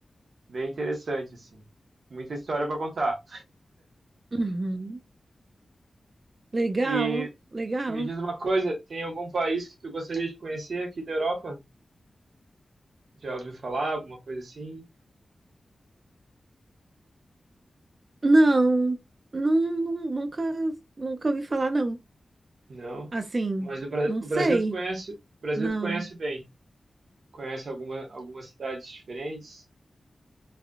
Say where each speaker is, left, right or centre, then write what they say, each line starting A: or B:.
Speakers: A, on the right; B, on the right.
A: bem interessante, assim. Muita história para contar.
B: uhum. Legal,
A: E,
B: legal.
A: e me diz uma coisa, tem algum país que tu gostaria de conhecer aqui da Europa? Já ouviu falar alguma coisa assim?
B: Não, não, nu- nunca, nunca ouvi falar, não.
A: Não,
B: Assim,
A: mas o, Bra-
B: não
A: o
B: sei,
A: Brasil tu conhece, o Brasil
B: não.
A: tu conhece bem. Conhece alguma, algumas cidades diferentes